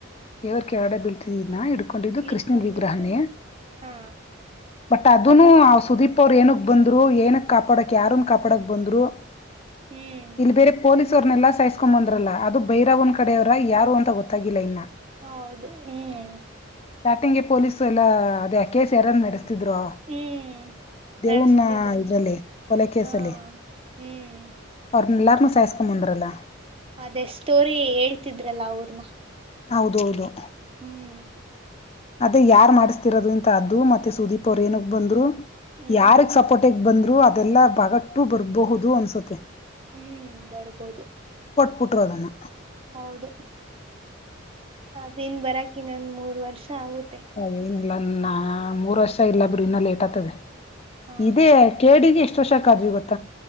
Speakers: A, on the left (about 30°); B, on the right (about 25°).
A: ದೇವ್ರ ಕ ಆಡ ಬೀಳ್ತಿದೀಾ ಹ. ಕೊಂಡಿದ್ದು ಕೃಷ್ಣನ್
B: ಇಡ್ಕೊಂಡಿತ್ತು
A: ವಿಗ್ರಹನೇ.
B: ಹಾ
A: ಬಟ್ ಅದನು ಸುದೀಪ್ ಅವ್ರ ಏನಕ್ ಬಂದ್ರು ಏನಕ್ ಕಾಪಾಡಕ್ ಯಾರನ್ ಕಾಪಾಡಕ್ ಬಂದ್ರು.
B: ಹ್ಮ್
A: ಇಲ್ಲಿ ಬೇರೆ ಪೊಲೀಸ್. ವ್ರನ್ನನೆಲ್ಲಾ ಸಾಯ್ಕೊಂಡ್ ಬಂದ್ರಲ್ಲ ಅದು ಬೈರವ ಒಂದ್ ಕಡೆವ್ರರ ಯಾರು ಅಂತ ಗೊತ್ತಾಗಿಲ್ಲ ಇನ್ನ.
B: ಹೌದು ಹ್ಮ್.
A: ಸ್ಟಾರ್ಟಿಂಗ್ಗೆ ಪೊಲೀಸ್ ಎಲ್ಲ ಅದ ಕೇಸ್ ಯಾರದ್ ಮೇ. ಿದ್ರು
B: ಹ್ಮ್
A: ದೇವನ್ನ
B: ನಡೆಸ್ತಿದ್ರು
A: ಇದ್ರಲ್ಲಿ ಕೊಲೆ ಕೇಸಲ್ಲಿ.
B: ಹಾ ಹ್ಮ್
A: ಎಲ್ಲಾರು ಸೇಷಕೊಂಡ ಬಂದರಲ್ಲ
B: ಅದೇ ಸ್ಟೋರಿ ಹೇಳ್ತಿದ್ರಲ್ಲ ಅವ್ರನ.
A: ಹೌದೌದು.
B: ಹ್ಮ್.
A: ಅದೇ ಯಾರ್ ಮಾಡಿಸ್ತಿರೋದು ಎಂತ ಅದ್ದು ಮತ್ತೆ ಸುದೀಪ್ ಅವರು ಏನಾಗ ಬಂದ್ರು.
B: ಹ್ಮ್
A: ಯಾರಿಗೆ ಸಪೋರ್ಟಗ್ ಬಂದ. ಅದೆಲ್ಲಾ ಬಾಗಟ್ಟು ಬರ್ಬಹುದು ಅನ್ಸುತ್ತೆ.
B: ಹ್ಮ್ ಬರ್ಬೋದು.
A: ಕುಟ್ಟರೋದನ್ನು.
B: ಹೌದು ದನ್ ಬರಕ ಇನ್ನೊಂದ್ ಮೂರ್ ವರ್ಷ ಆಗುತ್ತ.
A: ಹಾಗ. ಇಲ್ಲ ನಾ ಮೂರ್ ವರ್ಷ ಇಲ್ಲ ಬಿಡು ಇನ್ನ ಲೇಟ್ ಆಗ್ತದೆ.
B: ಹಾ
A: ಇದೆ ಕೇಡಿಗೆ. ಶೋಷಕ ಆ್ ಗೊತ್ತ.